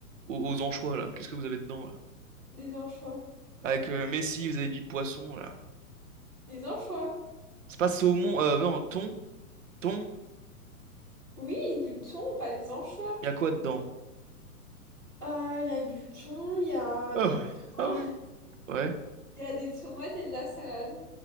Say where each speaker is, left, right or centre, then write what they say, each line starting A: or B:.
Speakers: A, on the right (about 55°); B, in the centre.
A: aux, aux anchois, là? Qu'est-ce que vous avez dedans, là?
B: Des anchois.
A: Avec euh, Messi, vous avez dit le poisson, là.
B: Des anchois.
A: C'est pas saumon, euh, non, thon, thon,
B: Oui, du thon, pas des anchois.
A: y a quoi dedans?
B: Euh, Il y a du thon, il y a
A: Ah
B: du
A: ouais,
B: pain.
A: ah ouais. Ouais,
B: Il y a des tomates et de la salade.